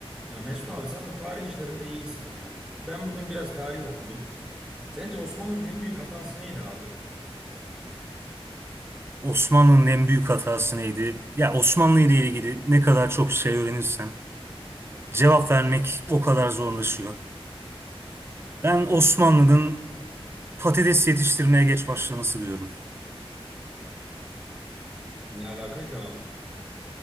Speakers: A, in the centre; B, on the right (about 25°).
A: Ya Mesut abi sen bu tarih işlerinde iyisin ya. Ben bugün biraz tarih okudum. Sence Osmanlı'nın en büyük hatası neydi abi?
B: Osmanlı'nın en büyük hatası neydi? Ya Osmanlı ile ilgili ne kadar çok şey öğrenirsen cevap vermek o kadar zorlaşıyor. Ben Osmanlı'nın patates yetiştirmeye geç başlaması diyorum.
A: Ne alaka ki abi?